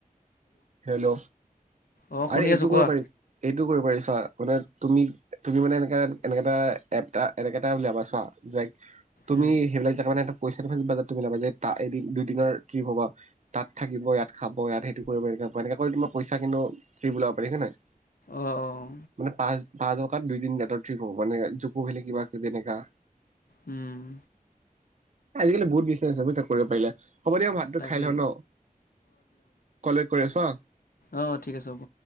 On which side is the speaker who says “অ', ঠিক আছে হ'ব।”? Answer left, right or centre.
Left